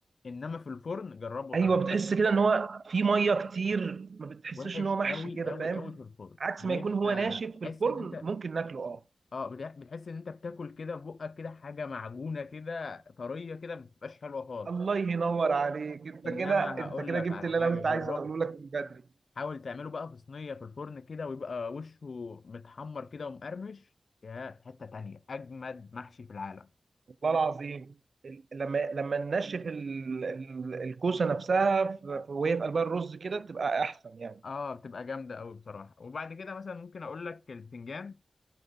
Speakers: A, on the left; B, on the right.
A: انما في الفرن جربه
B: ايوه
A: انا بقول
B: بتحس كده ان هو في ميه كتير ما بتحسش
A: وحش
B: ان هو محشي
A: قوي
B: كده
A: قوي
B: فاهم
A: قوي في الفرن
B: عكس
A: بيبقى
B: ما يكون هو ناشف
A: تحس
B: في الفرن
A: ان انت
B: ممكن ناكله اه
A: اه بتح- بتحس ان انت بتاكل كده بقك كده حاجه معجونه كده طريه كده ما بتبقاش حلوه خالص
B: الله ينور عليك انت
A: انما
B: كده انت
A: هقول
B: كده
A: لك
B: جبت
A: على
B: اللي انا
A: حاجه
B: كنت
A: جربه
B: عايز اقوله لك من بدري
A: حاول تعمله بقى في صينيه في الفرن كده ويبقى وشه متحمر كده ومقرمش يا في حته تانية اجمد محشي في العالم
B: والله العظيم ال- لما لما ننشف ال- ال- الكوسه نفسها ف- ف- وهي في قلبها الرز كده تبقى احسن يعني
A: اه بتبقى جامده قوي بصراحه وبعد كده مثلا ممكن اقول لك البتنجان